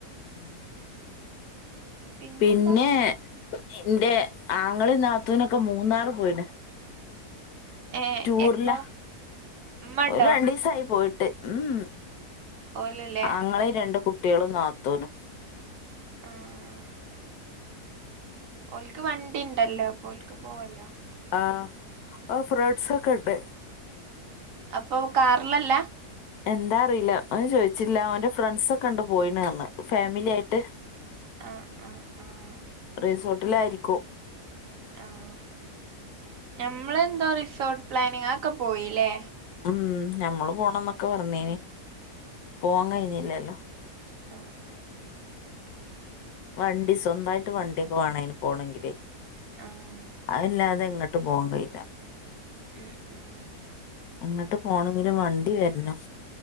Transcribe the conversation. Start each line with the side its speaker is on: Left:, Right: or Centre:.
Left: ഉം
Right: പിന്നെന്താ
Left: പിന്നെ ഇന്റെ ആങ്ങളിം നാത്തൂനൊക്കെ മൂന്നാറ് പോയിണ്
Right: ഏഹ്
Left: ടൂർലാ
Right: എപ്പോ ഉമ്മ ഉണ്ടോ
Left: ഓല് രണ്ടീസായി പോയിട്ട് ഉം
Right: ഓലല്ലേ
Left: ആങ്ങളിം
Right: ഓൽ-
Left: രണ്ട് കുട്ട്യളും നാത്തൂനും
Right: ആഹ് ഓൽക്ക് വണ്ടി ഇണ്ടല്ലോ അപ്പൊ ഓൽക്ക് പോവല്ലോ
Left: ആഹ് ആ ഫ്രണ്ട്സ് ഒക്കെ ഇണ്ട്
Right: അപ്പൊ കാർലല്ല
Left: എന്താ അറിയില്ല അഒന്നും ചോയ്ച്ചില്ല അവന്റെ ഫ്രണ്ട്സൊക്കെ ഇണ്ട് പോയീണ് പറഞ്ഞ് ഫാമിലി ആയിട്ട്
Right: അ അ ആഹ്
Left: റിസോട്ടിലായിരിക്കും
Right: ആഹ് ഞമ്മളെന്തോ റിസോട്ട് പ്ലാനിങ് അഒക്കെ പോയില്ലേ
Left: ഉം ഞമ്മള് പോണംന്നൊക്കെ പറഞ്ഞീനി പോവാൻ കഴിഞ്ഞില്ലല്ലോ
Right: ആ ആ
Left: വണ്ടി സ്വന്തായിട്ട് വണ്ടിയൊക്കെ വാണം അയ്ന് പോണെങ്കിലെ
Right: ആഹ്
Left: അ അല്ലാതെ എങ്ങട്ടും പോവാൻ കഴിയില്ല
Right: ഉം ഉം
Left: എങ്ങട്ട് പോണെങ്കിലും വണ്ടി വര്നം